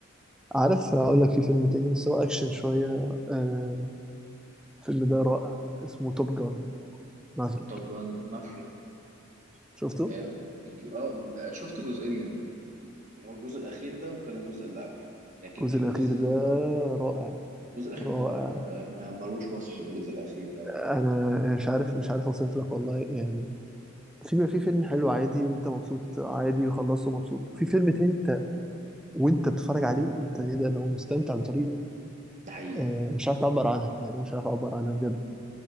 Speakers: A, in the centre; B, on the right.
A: عارف اقول لك في فيلم تاني بس هو اكشن شويه آه. الفيلم ده رائع اسمه توب جان مافريك
B: توب جان مافريك
A: شفته؟
B: اه تيجي- آه، لا، شفت جزئين منه اللي هو الجزء الأخير ده وكان الجزء اللي قبله لكن
A: الجزء
B: في
A: الاخير
B: جزء
A: ده رائع
B: الجزء الأخير
A: رائع
B: ده رائع آه، ما- ملوش وصف الجزء الأخير ده
A: انا مش عارف مش عارف اوصف لك والله يعني في في فيلم حلو عادي وانت مبسوط عادي وخلصته مبسوط في فيلم تاني انت وانت بتتفرج عليه انت كده لو مستمتع بطريقه
B: ده حقيقي
A: آه. مش عارف تعبر عنها يعني انا مش عارف اعبر عنها بجد